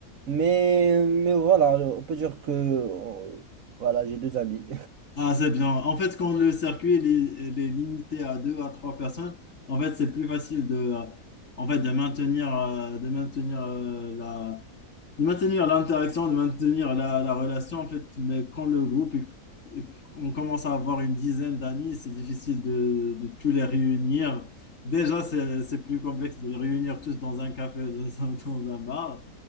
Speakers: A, on the right; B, on the left.
A: Mais, mais voilà, on peut dire que... euh, Voilà, j'ai deux amis.
B: Ah, c'est bien. En fait, quand le circuit il est, il est limité à deux à trois personnes, en fait, c'est plus facile de, euh, en fait, de maintenir, euh, de maintenir euh, la, de maintenir l'interaction, de maintenir la, la relation, en fait, mais quand le groupe, est- est- on commence à avoir une dizaine d'amis, c'est difficile de, de tous les réunir. Déjà, c'est, c'est plus complexe de les réunir tous dans un café, ou dans un, dans un bar.